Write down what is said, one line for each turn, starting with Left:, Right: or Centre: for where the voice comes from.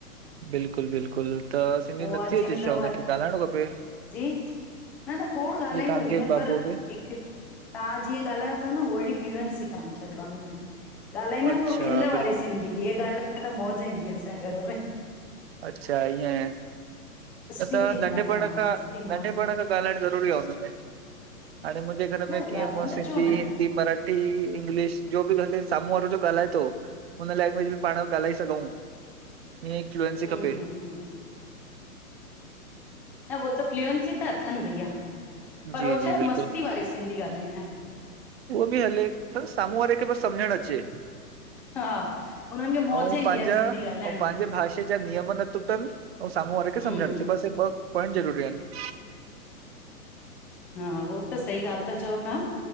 Right: बिल्कुलु- बिल्कुलु, त सिंधी
Centre: उहो
Right: नत्थी
Centre: आहे जिम
Right: अचेस्
Centre: लवर
Right: शा? हुनखे ॻाल्हाइणो खपे।
Centre: जी न न खोड़ ॻाल्हाईंदो,
Right: जी तव्हांखे
Centre: हीअं
Right: बाबूअ
Centre: पर
Right: खे?
Centre: हिकु तव्हां जीअं ॻाल्हायो था न, उहोइड़ी फ्लूएंसी कान अ ॿारनि में ॻाल्हाईंदा
Right: अच्छा
Centre: आहिनि पोइ खिल वारी
Right: बिल्कुलु
Centre: सिन् हिअ ॻालाए त मौज ईंदी आहे, असांजे घर में।
Right: अच्छा इएं।
Centre: मस्तियूं
Right: न त
Centre: थींदो
Right: नंढपण
Centre: आहे हा
Right: खां,
Centre: मस्ती मौज
Right: नंढेपण खां ॻाल्हाइणु ज़रूरी आ हुनमें। हाणे मुंहिंजे घर में
Centre: न
Right: कीअं,
Centre: ॻाल्हाईंदा
Right: मूं सिंधी
Centre: छो न आहिनि
Right: हिंदी मराठ हिंदी इंग्लिश जो बि हले साम्हूं वारो जो ॻाल्हाए थो <unintelligible> हुन लैंग्वेज में पाण ॻाल्हाए सघूं, हीअं फ्लूएंसी
Centre: हम्म
Right: खपे।
Centre: हम्म हम्म न उहो त फ्यूएंसी त अथनि भईया, पर
Right: जी
Centre: उहो
Right: जी
Centre: छा आहे
Right: बिल्कुलु
Centre: मस्ती वारी हिन्दी ॻाल्हाईंदा आहिनि?
Right: उहो बि हले पर साम्हूं वारे खे बसि, सम्झणु अचे
Centre: हा हुननि खे मौज
Right: ऐं
Centre: ईंदी
Right: पंहिंजा
Centre: आह। सिंधी
Right: ऐं
Centre: ॻाल्हाइण
Right: पंहिंजे
Centre: में।
Right: भाषा जा नियम न तुटनि ऐं साम्हूं वारे खे समझणअचे,
Centre: हम्म
Right: बस ॿ पाइंट ज़रूरी आहिनि।
Centre: हा उहो त सही ॻाल्हि ता, चओ त्वहाँ